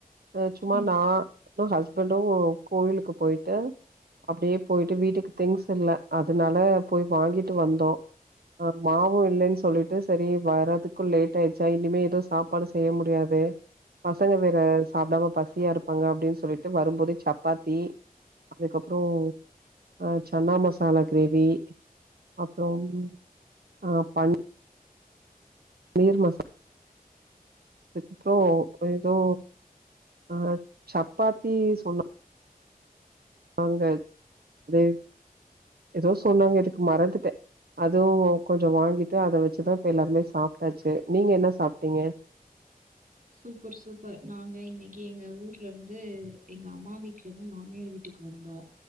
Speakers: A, on the right; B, on the right.
A: அ சும்மா
B: ம்.
A: நா னு ஹஸ்பண்டு கோவிலுக்கு போயிட்டு அப்டியே போயிட்டு வீட்டுக்கு திங்ஸ் இல்ல அதுனால போய் வாங்கிட்டு வந்தோ அ மாவு இல்லன் சொல்லிட்டு செரி வரதுக்கு லேட் ஆயி ச்சா இனிமே எதுவு சாப்பாடு செய்ய முடியாது பசங்க வேற சாப்டாம பசியா இருப்பாங்க அப்டின் சொல்லிட்டு வரும்போது சப்பாத்தி அதுக்கப்றோ அ சன்னா மசாலா கிரேவி அப்றொம் அ பன் னீர் மசாலா அதுக்கப்றோ ஏதோ ஆ சப்பாத்தி சொன்னா ங்க அது எதோ சொன்னாங்க எதுக்கு மறந்துட்டே அதுவு கொஞ்சொ வாங்கிட்டு அத வச்சுதா இப்ப எல்லாருமே சாப்டாச்சு நீங்க என்ன சாப்டீங்க?
B: சூப்பர் சூப்பர் நாங்க இன்னக்கி எங்க ஊர்ல இருந்து எங்க அம்மா வீட்லருந்து மாமியார் வீட்டுக்கு வந்தோ